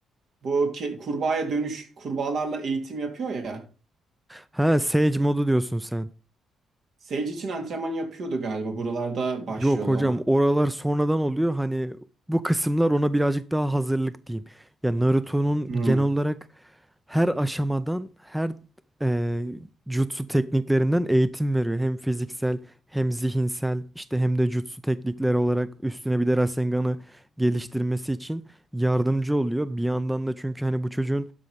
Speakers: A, on the right (about 60°); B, in the centre.
A: Bu ke- kurbağaya dönüş kurbağalarla eğitim yapıyor ya.
B: Ha Sage modu diyorsun sen.
A: Sage için antrenman yapıyordu galiba buralarda başlıyordu
B: Yok hocam
A: ona.
B: oralar sonradan oluyor hani bu kısımlar ona birazcık daha hazırlık diyeyim. Ya Naruto'nun
A: Hmm.
B: genel olarak her aşamadan her e, jutsu tekniklerinden eğitim veriyor. Hem fiziksel hem zihinsel işte hem de jutsu teknikleri olarak üstüne bir de Rasengan'ı geliştirmesi için yardımcı oluyor. Bir yandan da çünkü hani bu çocuğun